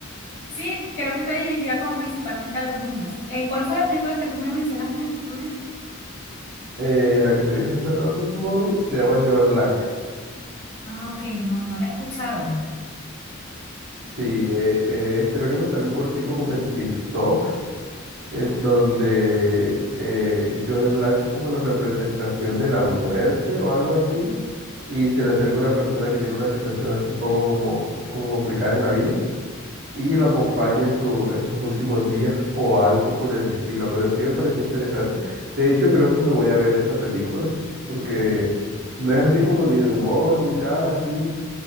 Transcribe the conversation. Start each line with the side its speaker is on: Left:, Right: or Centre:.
Left: Sí, creo que está dirigida como principalmente a los niños. Eh, ¿cuál fue la película que tú me mencionaste anteriormente?
Right: Eh, la que te dije hace ahora mismo se llama Joe Black.
Left: Ah, ok, no, no la he escuchado.
Right: Sí, eh, eh, creo que me salió un cortico como en TikTok, en donde eh, Joe Black es como la representación de la muerte o algo así, y se le acerca una persona que tiene una situación así un poco como, como complicada en la vida. y lo acompaña en, su- en sus últimos días o algo por el estilo. Pero sí me pareció interesante. De hecho, creo que me voy a ver esa película porque no es así como ni de humor, ni nada así